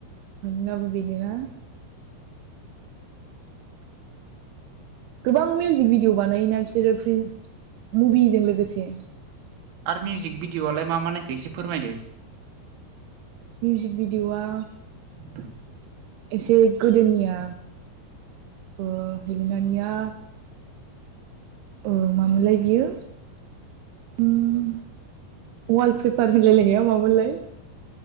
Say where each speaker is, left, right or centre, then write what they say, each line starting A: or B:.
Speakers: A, on the right (about 80°); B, on the right (about 70°).
A: नोंनाबो बेनो ना? गोबां मिउजिक भिडिअ बानायोना बिसोरो फ्रि मुभिजों लोगोसे
B: आर मिउजिक भिडिअ'आलाय मा मा नायखो एसे फोरमायदो?
A: मिउजिक भिडिअआ
B: फ्राय
A: एसे गोदोनिया ओ हेलेनाानिया औ मा मोनलाय बियो? ओम वालपेपार होलायलायनाया मामोनलाय